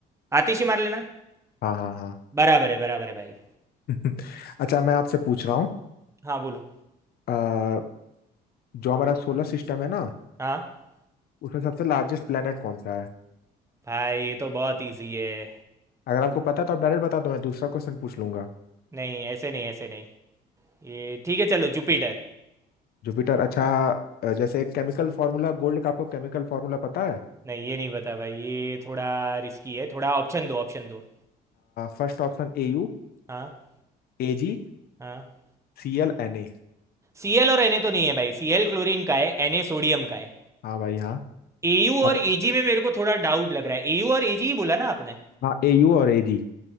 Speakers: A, on the right (about 15°); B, on the left (about 65°).
A: आतिशी मारलेना
B: हाँ हाँ हाँ
A: बराबर है बराबर है भाई
B: <laughs> अच्छा मैं आपसे पूछ रहा हूँ
A: हाँ बोलो
B: अ, जो हमारा सोलर सिस्टम है ना
A: हाँ
B: उसमें सबसे लार्जेस्ट प्लेनेट कौन सा है
A: भाई ये तो बहुत इजी है
B: अगर आपको पता है तो आप डायरेक्ट बता दो मैं दूसरा क्वेश्चन पूछ लूंगा
A: नहीं ऐसे नहीं ऐसे नहीं ये ठीक है चलो जुपिटर
B: जुपिटर अच्छा अ, जैसे एक केमिकल फार्मूला गोल्ड का आपको केमिकल फार्मूला पता है
A: नहीं ये नहीं बता भाई ये थोड़ा रिस्की है थोड़ा ऑप्शन दो ऑप्शन दो
B: First option A U
A: हाँ
B: A G
A: हाँ
B: C L N A
A: सी एल और एन ए तो नहीं है भाई सी एल क्लोरीन का है एन ए सोडियम का है
B: हाँ भाई हाँ
A: ए यू
B: अब
A: और ए जी में मेरे को थोड़ा डाउट लग रहा है ए यू और ए जी ही बोला ना आपने
B: हाँ ए यू और ए जी